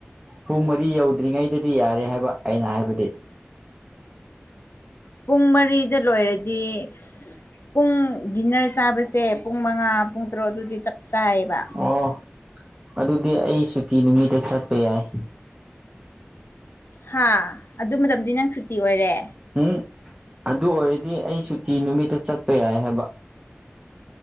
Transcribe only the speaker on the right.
ꯄꯨꯡ ꯃꯔꯤ ꯌꯧꯗ꯭ꯔꯤꯉꯩꯗꯗꯤ ꯌꯥꯔꯦ ꯍꯥꯏꯕ ꯑꯩꯅ ꯍꯥꯏꯕꯗꯤ
ꯑꯣ ꯑꯗꯨꯗꯤ ꯑꯩ ꯁꯨꯇꯤ ꯅꯨꯃꯤꯠꯇ ꯆꯠꯄ ꯌꯥꯏ
ꯎꯪ ꯑꯗꯨ ꯑꯣꯏꯔꯗꯤ ꯑꯩ ꯁꯨꯇꯤ ꯅꯨꯃꯤꯠꯇ ꯆꯠꯄ ꯌꯥꯏ ꯍꯥꯏꯕ